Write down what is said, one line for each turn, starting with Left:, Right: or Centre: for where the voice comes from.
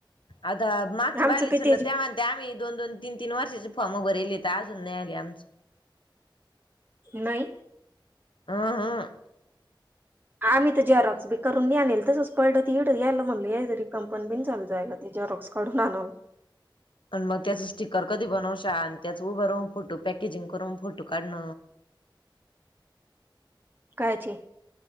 Left: आता मागच्या
Right: आमचं
Left: बाईला विचारल
Right: किती आहे?
Left: त्या म्हण ते आम्ही दोन दोन तीन तीन वर्षाचे फॉर्म भरेलेत त अजून नाय आले आमचे
Right: नाही.
Left: अहं
Right: आम्ही त झेरॉक्स बी करून नीे आणेल तसच पडळ ते इड यायला म्हणलं याच रिकामपन बीण चालू जायल ते झेरॉक्स काढून आणाला
Left: पण मग त्याच स्टिकर कधी बनवशान आणि त्याच उभ राहुन फोटो पॅकेजिंग करून फोटो काढण
Right: काय चे